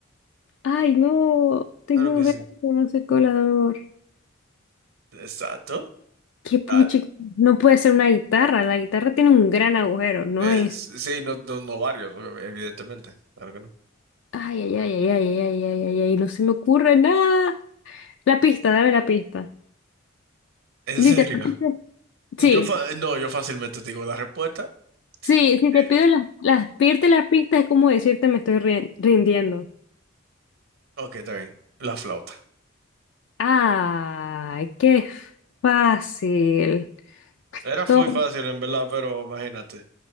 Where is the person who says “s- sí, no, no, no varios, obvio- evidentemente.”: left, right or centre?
Right